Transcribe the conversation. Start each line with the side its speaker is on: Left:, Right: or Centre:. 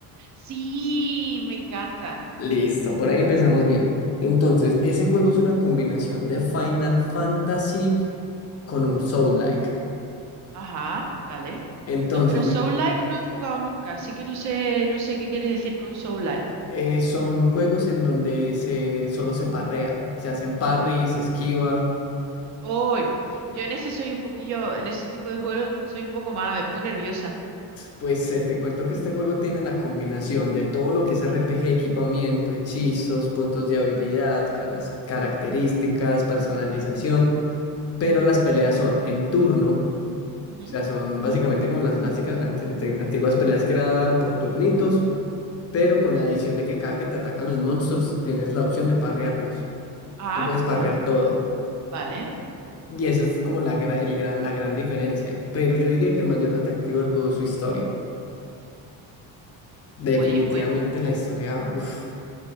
Right: Sí, me encantan.
Left: Listo, por ahí empezamos bien. Entonces, ese juego es una combinación de Final Fantasy con un Soul-like.
Right: Ajá, vale.
Left: Entonces,
Right: No, pero
Left: di-
Right: Soul-like no he jugado nunca, así que no sé, no sé qué quieres decir con Soul-like.
Left: eh, son juegos en donde se, solo se parrea, se hacen parries, se esquiva.
Right: Hoy, yo en ese soy un poquillo, en ese tipo de juegos soy un poco mala, me pongo nerviosa.
Left: Pues eh, te cuento que este juego tiene la combinación de todo lo que es RPG, equipamiento, hechizos, puntos de habilidad, caras- características, personalización, pero las peleas son en turno.
Right: Ujú.
Left: O sea, son básicamente como las básicas ante- ante- antiguas peleas que era por turnitos, pero con la adición de que cada que te atacan los monstruos tienes la opción de parrearlos.
Right: Ah,
Left: Tú puedes parrear
Right: o-
Left: todo.
Right: vale.
Left: Y esa es como la, gra- el gran, la gran diferencia. Pero yo diría que el mayor atractivo del juego es su historia. Definitivamente
Right: Oli, pues,
Left: la historia, uff.